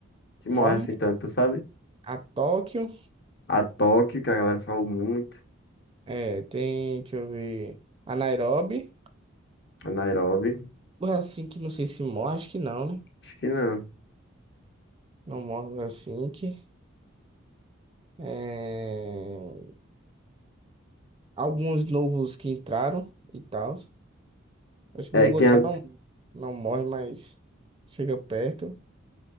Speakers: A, on the left; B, on the right.
A: que
B: morre
A: morre assim tanto, tu sabe?
B: a Tóquio.
A: A Tóquio, que a galera falou muito.
B: É, tem, deixa eu ver, a Nairobi.
A: A Nairobi.
B: O Helsinki, não sei se morre, acho que não, né?
A: Acho que não.
B: Não morre o Helsinki. É, alguns novos que entraram e tal. Acho que
A: É,
B: Bogotá
A: quem é...
B: não, não morre, mas chega perto.